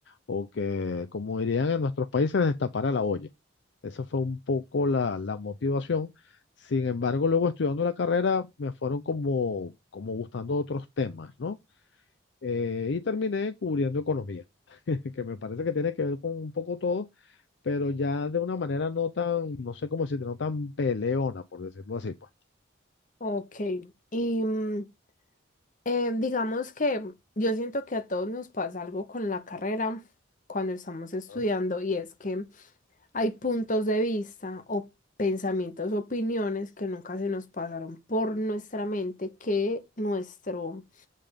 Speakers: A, on the left (about 60°); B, on the left (about 40°).
A: o que, como dirían en nuestros países, destapara la olla. Esa fue un poco la, la motivación. Sin embargo, luego estudiando la carrera me fueron como, como gustando otros temas, ¿no? Eh, y terminé cubriendo economía, <laughs> que me parece que tiene que ver con un poco todo, pero ya de una manera no tan, no sé cómo decirte, no tan peleona, por decirlo así, pues.
B: Ok, y mm, Eh, digamos que yo siento que a todos nos pasa algo con la carrera cuando estamos estudiando
A: Ah,
B: y es que hay puntos de vista o pensamientos, opiniones que nunca se nos pasaron por nuestra mente que nuestro,